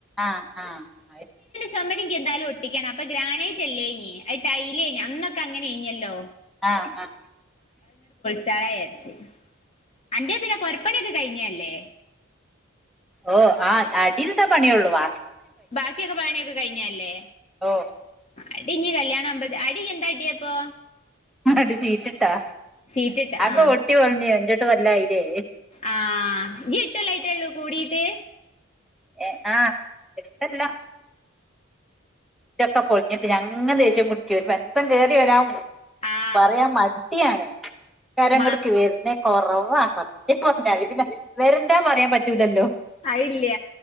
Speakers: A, in the centre; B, on the left (about 30°).
A: ആഹ ആഹ് ആയി
B: സമരംനിക്ക് എന്താലും ഒട്ടിക്കണം അപ്പൊ ഗ്രാനൈറ്റ്ല്ലേ കഴഞ്ഞഞ് അ അൈല കഴഞ്ഞഞ് അന്നൊക്കെങ്ങനെ കഴിഞ്ഞല്ലോ
A: ആഹ ആഹ
B: ചളച്ചി അന്റെറെ പിന്നെ പൊറപ്പണിയൊക്കെ കഴിഞ്ഞല്ലേ
A: ഓ ആഹ് അടീൽട്ടാ പണിയോള്ളൂുവ
B: ബാക്കിയൊക്കെ പണിയൊക്കെ കഴിഞ്ഞല്ലേ
A: ഓ
B: അടിഞ്ഞഞ് കല്യാണ ആുമ്പ അടി എന്താ അടിിയപ്പൊ
A: അടി ചീറ്റിട്ടാ
B: ഷീറ്റിട്ട്
A: അപ്പൊ
B: ആ
A: ഒട്ടി പോഞ്ഞ എോട്ട് വല്ലായില്ലേ
B: ആഹ ഗിട്ടലായിട്ടള്ളൂ കൂടിീട്ട്
A: ഏ ആഹ് ഇഷ്ടല്ല വീറ്റൊക്ക പൊിഞ്ഞിട്ട് ഞങ്ങ ദേശ്യം കുടിിക്ക വരുമ്പോ എന്ത കേറി വരാ
B: ആ
A: പറയാ മടിയാണ് കാരങ്ങടക്ക്
B: മ
A: വരുന്ന കൊറവാ സത് ഇപ്പോ പിന്നെ വെറെന്താ പറയാൻ പറ്റൂലല്ലോ
B: അയില്ല